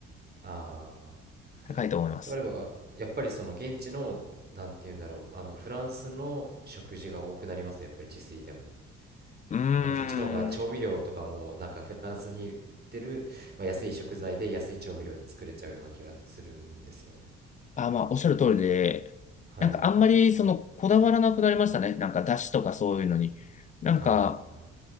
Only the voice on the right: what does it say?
あ、ああ。
であれば、やっぱりその現地の、なんて言うんだろう、あの、フランスの食事が多くなります、やっぱり自炊でも。
なんかそっちの方が調味料とかも、
なんかフランスに売ってる、まあ、安い食材で安い調味料で作れちゃうような気がするんですよね。
はい。
あ